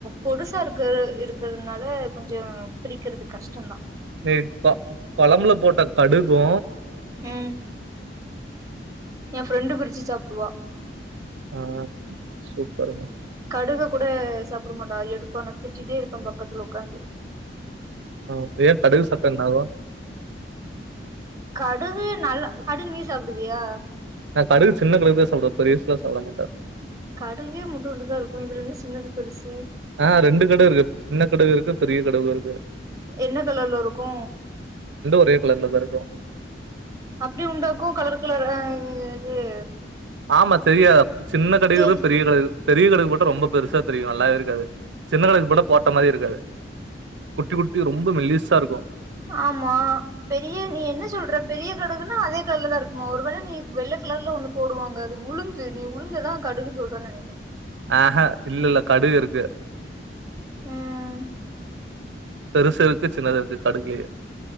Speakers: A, on the right; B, on the right.
A: பொடுசா இருக்க இருக்கிறதுனால கொஞ்சோ பிரிக்கிறது கஷ்டந்தா
B: <unintelligible> கொழம்புல போட்ட கடுகு
A: ம் எ ஃப்ரெண்டு பிரிச்சு சாப்டுவா
B: ஆ சூப்பருங்க
A: கடுக கூட சாப்பிட மாட்டா எடுப்பா நா திட்டிட்டே இருப்பே பக்கத்துல உக்காந்து
B: ஒ ஏ கடுகு சாப்டா என்ன ஆகு
A: கடுகு நல் கடுகு நீ சாப்ப்டுவியா
B: நா கடுகு சின்ன கடுகுதா சாப்டுவே பெரிஸ்லா சாப்பிட மாட்டே
A: கடுகே இம்மூட்டுண்டுதா இருக்கு இதுல என்ன சின்னது பெருசு
B: ஆ ரெண்டு கடுகு இருக்கு சின்ன கடகு இருக்கு பெரிய கடுகு இருக்கு
A: என்ன கலர்ல இருக்கு
B: ஒரே கலர்ல தான் இருக்கும்.
A: அப்டி உண்டாக்கு கலர் கலர் ஆ இ இது
B: ஆமா தெரியா சின்ன கடுகு
A: தெரி
B: இருக்கு பெரிய கடுகு இரு பெரிய கடுகு போட்டா ரொம்ப பெருசா தெரியு நல்லாவே இருக்காது சின்ன கடுகு போட்டா போட்ட மாரியே இருக்காது குட்டி குட்டி ரொம்ப மெலீஸா இருக்கு
A: ஆமா பெரிய நீ என்ன சொல்ற பெரிய கடுகுன்னா அதே கலர்ல தா இருக்குமா ஒரு வேள நீ வெள்ள கலர்ல ஒன்னு போடுவாங்க அது உளுந்து நீ உளுந்ததா கடுகு சொல்ற நெனைக்கிறே
B: ஆஹா இல்ல இல்ல கடுகு இருக்கு
A: ம்
B: பெருசு இருக்கு சின்னது இருக்கு கடுகுலேயே